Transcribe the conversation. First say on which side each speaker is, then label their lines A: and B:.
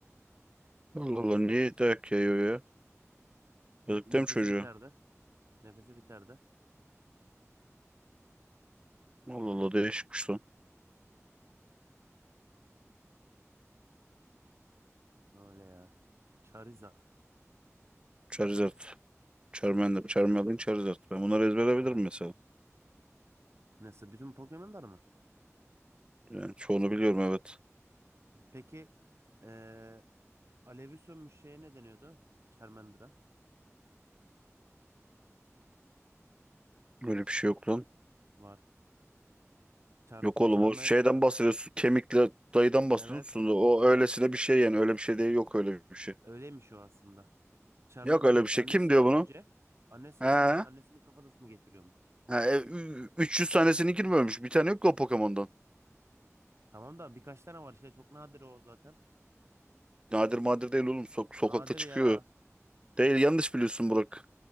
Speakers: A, on the right (about 20°); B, on the right (about 55°).
A: Allah Allah niye dayak yayıyor ya?
B: Şimdi
A: Yazık
B: nefesi
A: değil mi çocuğu?
B: biterdi. Nefesi biterdi.
A: Allah Allah değişikmiş lan.
B: Öyle ya. Charizard.
A: Charizard. Charmander. Charmander. Charizard. Ben bunları ezberleyebilirim
B: Evet.
A: mesela.
B: Nasıl? Bütün Pokemon'lar mı?
A: Yani çoğunu biliyorum evet.
B: Peki eee alevi sönmüş şeye ne deniyordu? Charmander'a
A: Öyle bir şey yok lan.
B: var. Char
A: Yok oğlum
B: Charme
A: o şeyden bahsediyorsun. Kemikle dayıdan bahsediyorsun.
B: evet.
A: da O
B: Evet.
A: öylesine bir şey yani. Öyle bir şey değil. Yok öyle bir şey.
B: Öyleymiş o aslında. Charmander'ın
A: Yok öyle bir şey.
B: annesi
A: Kim diyor
B: ölünce
A: bunu?
B: annesi
A: He?
B: ölünce
A: Ha,
B: annesinin kafatasını geçiriyormuş.
A: e, ü- 300 tanesini girmemiş. Bir tane yok ki o Pokemon'dan.
B: Tamam da birkaç tane var işte çok nadir o zaten.
A: Nadir madir değil oğlum. Sok sokakta
B: Nadir
A: çıkıyor.
B: ya.
A: Değil yanlış biliyorsun Burak.